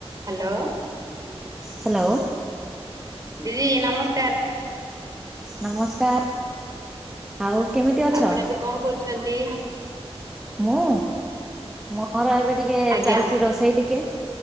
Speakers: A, on the right; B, in the centre.
A: Hello.
B: Hello
A: ଦି ଦି ନମସ୍କାର।
B: ନମସ୍କାର। ଆଉ କେମିତି ଅଛ?
A: ଆପଣ ଏବେ କଣ କରୁଛନ୍ତି?
B: ମୁଁ ମୋର ଏବେ ଟିକେ
A: ଆଜ୍ଞା
B: ଚାଲିଛି ରୋଷେଇ ଟିକେ।